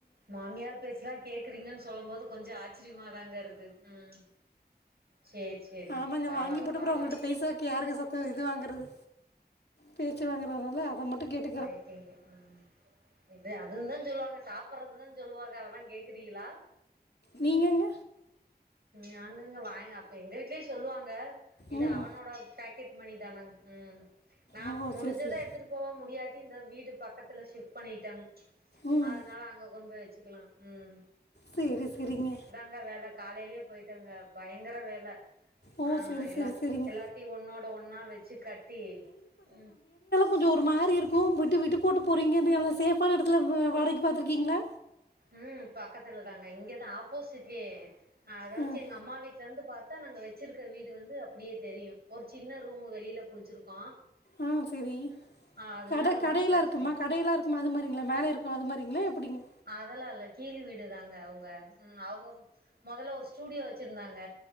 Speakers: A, on the right; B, on the left.
A: மாமியார் பேச்சல்லா கேக்குறீங்கன்னு சொல்லும் போது கொஞ்சோ ஆச்சரியமாதாங்க இருக்கு ம் சேரி சேரிங்க
B: ஆமாங்க
A: பரவால்ல
B: வாங்கி போட்டு
A: பரவால்ல
B: அப்புறம் அவங்கள்ட்ட பைசாவுக்கு யாருங்க சத்தோ இது வாங்குறது பேச்சு வாங்குறதுனால அத மட்டு கேட்டு
A: ஆயிடீங்க ம் இது அதுவுந்தா சொல்லுவாங்க சாப்டறதுதா சொல்லுவாக அதெல்லா கேக்குறீகளா
B: நீங்கங்க
A: நாங்கங்க வாங்க அப்ப எங்க வீட்லயு சொல்லுவாங்க இது
B: ம்
A: அவனோட பேக்கெட் மணிதானாங்க ம் நா
B: ஓ
A: முடிஞ்சத
B: சரி சரி
A: எடுத்துட்டு போவே முடியாட்டி இந்த வீடு பக்கத்துல ஷிப்ட் பண்ணிட்டேங்க
B: ம்
A: அதனால அங்க கொண்டு போய் வச்சிக்கலா ம்
B: சேரி சேரிங்க
A: ங்க வேல காலேலயே போயிட்டேங்க பயங்கர வேல
B: ஓ
A: ஆ
B: சரி
A: எல்லா
B: சரி சரிங்க
A: எல்லாத்தயு ஒன்னோட ஒன்னா வச்சி கட்டி ம்
B: கொஞ்சோ ஒரு மாரி இருக்கு விட்டு விட்டு போட்டு போறீங்க இந்த நல்லா சேபான இடத்துல வாடகைக்கு பாத்துருக்கீங்களா
A: ம் பக்கத்துல தாங்க இங்கதா ஆப்போசிட்லயே அதாச்சு
B: ம்
A: எங்க அம்மா வீட்ல இருந்து பாத் தா நாங்க வச்சிருக்க வீடு வந்து அப்டியே தெரியு ஒரு சின்ன ரூம்மு வெளில புடிச்சிருக்கோ
B: ஆ சேரி
A: ஆ அதனால
B: கட
A: ஒன்னு
B: கடை எல்லா
A: பிரச்சன
B: இருக்குமா
A: இல்ல
B: கடை எல்லா இருக்கு மா அது மாரிங்கள மேல இருக்கு அதுமாரிங்களா எப்டிங்க
A: அதெல்லா இல்ல கீழ் வீடுதாங்க அவுங்க ம் அவுங்க மொதல்ல ஒரு ஸ்டூடியோ வச்சிருந்தாங்க